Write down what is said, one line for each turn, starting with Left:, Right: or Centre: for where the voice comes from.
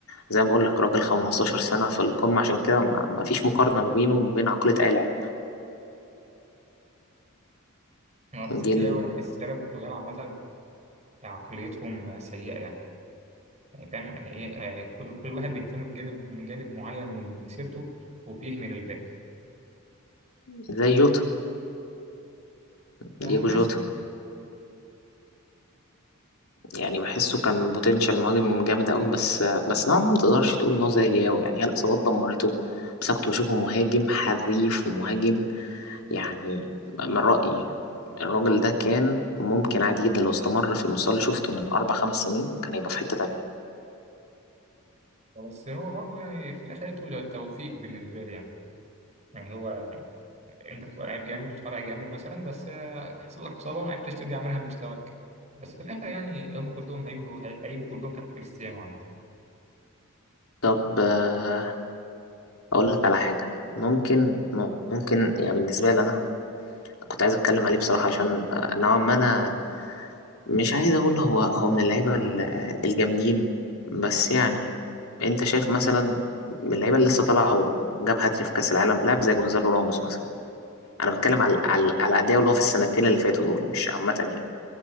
Left: زي ما بقول لك راجل 15 سنة في القمة عشان كده ما ما فيش مقارنة ما بينه وما بين عقلية أي لاعب
Right: هو بالذات
Left: جيل
Right: لياو انا بحس لعيبه البرتغال عامه آه، عقليتهم آه، سيئه يعني يعني فاهم يعني ايه آه، كل كل واحد بيهتم بجانب من جانب معين من مسيرته وبيهمل الباقي
Left: زي جوتا دييجو
Right: آه مثلا
Left: جوتا
Right: يعني.
Left: يعني بحسه كان بوتنشال مهاجم جامد قوي بس بس نوعا ما ما تقدرش تقول ان هو زي لياو يعني هي الإصابات دمرته بس أنا كنت بشوفه مهاجم حريف ومهاجم يعني من رأيي الراجل ده كان ممكن عادي جدا لو استمر في المستوى اللي شفته من أربع خمس سنين كان هيبقى في حتة تانية
Right: بس هو برضه يعني في الاخر بتبقى توفيق بالنسبه لي يعني يعني هو انت بتبقى لعيب جامد وطالع جامد مثلا بس آه، حصل لك اصابه ما عرفتش ترجع منها لمستواك بس في الاخر يعني هم كلهم هيجوا هي- هيجوا كلهم تحت كريستيانو عامه
Left: طب آه، أقول لك على حاجة ممكن ممكن يعني بالنسبة لي أنا كنت عايز أتكلم عليه بصراحة عشان آه، نوعا ما أنا مش عايز أقول هو هو من اللعيبة ال- آه، الجامدين بس يعني أنت شايف مثلا من اللعيبة اللي لسه طالعة وجاب هاتري في كأس العالم لاعب زي جونزالو راموس مثلا أنا بتكلم على على على أداؤه اللي هو في السنتين اللي فاتوا دول مش عامة يعني